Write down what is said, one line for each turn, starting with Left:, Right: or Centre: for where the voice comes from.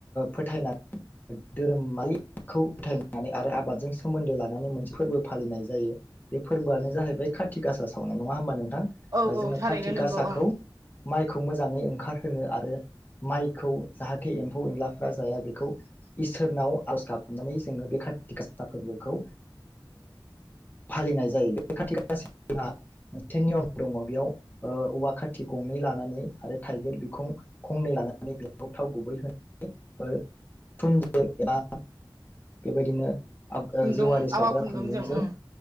Left: फोथायनानै धोरोमारिखौ फोथायनानै आरो आबादजों सोमोन्दो लानानै मोनसे फोरबो फालिनाय जायो बे फोरबोआनो जाहैबाय कार्ति गासा सावनाय नङा होमबानों जोंना
Right: औ औ थारैनो
Left: खाथ थि गासाखौ
Right: नंगौ ओं
Left: माइखौ मोजाङै ओंखारहोनो आरो माइखौ जाहाथे एम्फौ एनलाफ्रा जाया बेखौ इसोरनाव आर'ज गाबनानै जोङो बे खाथि गासा फोरबोखौ फालिनाय ओ ओ जायो। बे कथि गासि फोरहा मोनसे नियम दङ बेयाव ओ औवा खाथि गंनै लानानै आरो थाइगिर बिखुं खंनै लानानै बेयाव थाव गुबै होनाय थुनजों एबा बेबायदिनो
Right: खुन्दुं
Left: जेवारि
Right: आवा
Left: सावग्रा खुन्दुंजों
Right: ओं